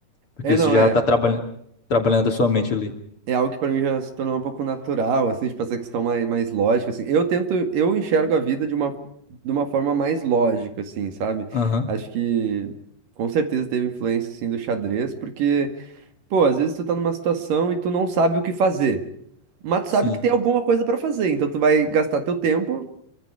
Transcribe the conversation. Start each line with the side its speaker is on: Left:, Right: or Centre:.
Left: Porque
Right: É, não,
Left: você já
Right: é.
Left: tá trabalhando, trabalhando a sua mente ali.
Right: é algo que pra mim já se tornou um pouco natural, assim, tipo, essa questão mais, mais lógica, assim. Eu tento, eu enxergo a vida de uma, de uma forma mais lógica, assim, sabe?
Left: Aham,
Right: Acho que com certeza teve influência, assim, do xadrez, porque, pô, às vezes tu tá numa situação e tu não sabe o que fazer. Mas tu sabe
Left: sim.
Right: que tem alguma coisa pra fazer, então tu vai gastar teu tempo